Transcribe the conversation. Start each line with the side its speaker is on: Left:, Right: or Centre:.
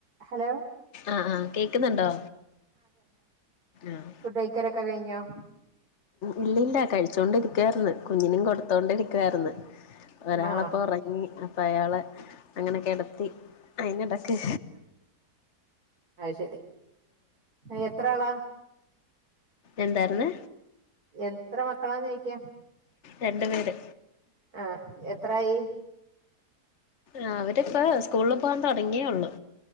Right: Hello
Left: ആഹ് ആഹ് കേക് ക്കുന്നുണ്ടോ? ആഹ്
Right: ഫുഡ്ഡയ്ക്കലൊക്കെ കയിഞ്ഞോ?
Left: ഇല്ലില്ല കഴിച്ചോണ്ടിരിക്കുവാര്ന്ന്. കുഞ്ഞിനും കൊടുത്തോണ്ടിരിക്കുവാര്ന്ന്. ഒരാളപ്പോ
Right: ആഹ്
Left: ഒറങ്ങി. ങ്ഹ് അയാളെ അങ്ങനെ കെടത്തി. അയിനെടക്ക്‌
Right: അയ്ശരി ആഹ് എത്ര ആളാ?
Left: എന്താരുന്ന്?
Right: എത്ര മക്കളാന്ന് ചോയ്ക്ക
Left: രണ്ട് പേര്
Right: ആ എത്രായി?
Left: ആ അവരിപ്പോ സ്കൂളില് പോകാൻ തുടങ്ങിയേ ഒള്ളു